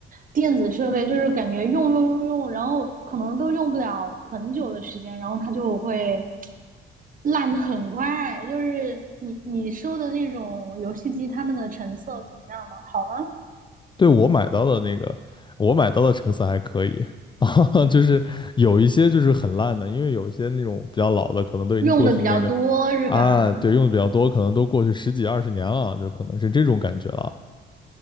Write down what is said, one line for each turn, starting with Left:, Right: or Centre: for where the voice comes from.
Right: 电子设备就是感觉用用用用，然后可能都用不了很久的时间，然后它就会 <laughs> 烂的很快。就是你你收的那种游戏机，它们的成色怎么样呢？好吗？
Left: 对，我买到的那个，我买到的成色还可以 <laughs> 啊，就是有一些就是很烂的，因为有一些那种比较老的，可能都已经过去那个
Right: 用的比较多是吧？
Left: 啊，对，用的比较多，可能都过去十几二十年了，就可能是这种感觉了